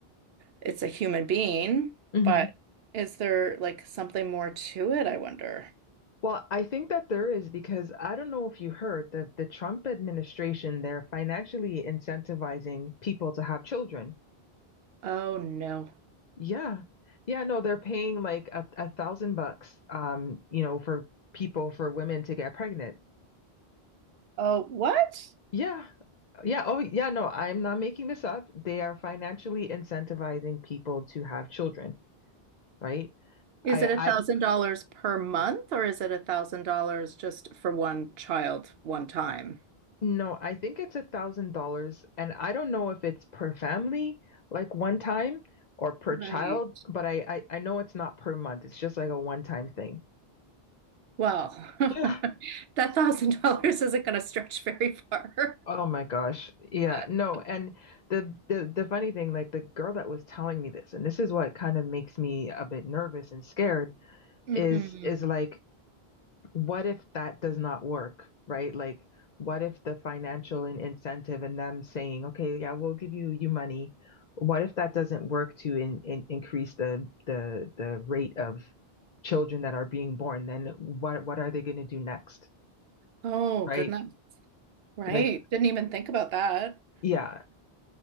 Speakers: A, on the right (about 75°); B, on the left (about 50°).
A: it's a human being,
B: mhm.
A: but is there like something more to it, I wonder?
B: Well, I think that there is because I don't know if you heard that the Trump administration, they're financially incentivizing people to have children.
A: Oh no.
B: Yeah. Yeah, no, they're paying like a, a thousand bucks, um, you know, for people, for women to get pregnant. <laughs>
A: Oh, what?
B: Yeah. Yeah. Oh, yeah. No, I'm not making this up. They are financially incentivizing people to have children, right?
A: Is
B: I,
A: it a thousand dollars per month or is it a thousand dollars just for one child one time?
B: No, I think it's a thousand dollars, and I don't know if it's per family, like one time, or per child,
A: Right.
B: but I, I I know it's not per month. It's just like a one-time thing.
A: Well, <laughs>
B: Yeah.
A: that thousand dollars isn't going to stretch very far.
B: Oh my gosh. Yeah,
A: <laughs>
B: no, and the the the funny thing, like the girl that was telling me this, and this is what kind of makes me a bit nervous and scared,
A: hmm
B: is is like what if that does not work, right? Like, what if the financial and incentive and them saying, okay, yeah, we'll give you you money. What if that doesn't work to in, in, increase the the the rate of children that are being born? Then what what are they going to do next,
A: Oh,
B: right?
A: goodness. Right.
B: Like,
A: Didn't even think about that.
B: yeah,